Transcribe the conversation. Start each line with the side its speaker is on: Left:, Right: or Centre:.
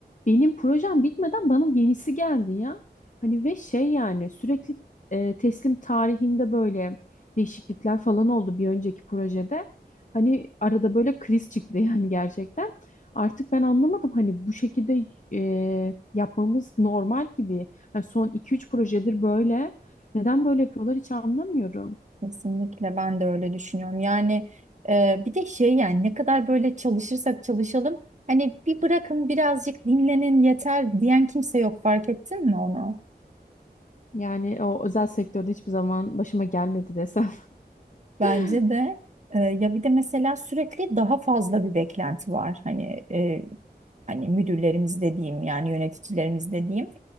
Left: benim projem bitmeden bana yenisi geldi ya. Hani ve şey yani sürekli e, teslim tarihinde böyle değişiklikler falan oldu bir önceki projede. Hani arada böyle kriz çıktı <laughs> yani gerçekten. Artık ben anlamadım hani bu şekilde e, yapmamız normal gibi. Hani son iki üç projedir böyle. Neden böyle yapıyorlar hiç anlamıyorum.
Right: Kesinlikle ben de öyle düşünüyorum. Yani e, bir de şey yani ne kadar böyle çalışırsak çalışalım hani bir bırakın birazcık dinlenin yeter diyen kimse yok fark ettin mi onu?
Left: Yani o özel sektörde hiçbir zaman başıma gelmedi desem.
Right: Bence
Left: <laughs>
Right: de e, ya bir de mesela sürekli daha fazla bir beklenti var. Hani e, hani müdürlerimiz dediğim yani yöneticilerimiz dediğim.